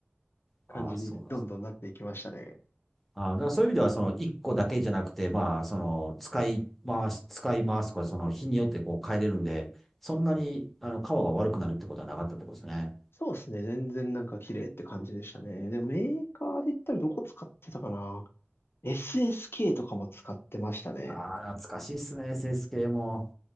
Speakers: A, on the left; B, in the centre.
A: 感じにどんどんなっていきましたね。
B: ああ、そうなんです。あーだからそういう意味では、その一個だけじゃなくて、まあ、その使い回し、使い回すとか、その日によってこう変えれるんで、そんなにあの皮が悪くなるってことはなかったってことですね。
A: そうですね、全然なんか綺麗って感じでしたね。でもメーカーで言ったらどこ使ってたかな ?SSK とかも使ってましたね。
B: ああ、懐かしいっすね、セ s 系も。